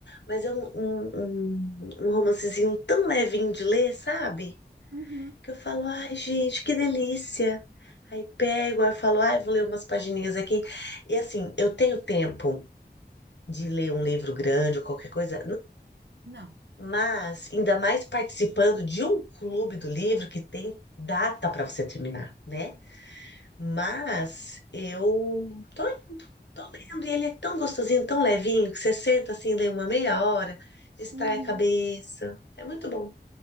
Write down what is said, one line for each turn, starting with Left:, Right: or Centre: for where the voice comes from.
Left: Mas é um, um, um um romancezinho tão levinho de ler, sabe?
Right: Uhum.
Left: que eu falo, ai, gente, que delícia. Aí pego, aí eu falo, ai, vou ler umas pagininhas aqui. E assim, eu tenho tempo de ler um livro grande ou qualquer coisa, n-
Right: Não.
Left: mas ainda mais participando de um clube do livro que tem data para você terminar, né? Mas eu tô indo, tô lendo, e ele é tão gostosinho, tão levinho, que você senta assim, lê uma meia hora, distrai
Right: Uhum.
Left: a cabeça. É muito bom.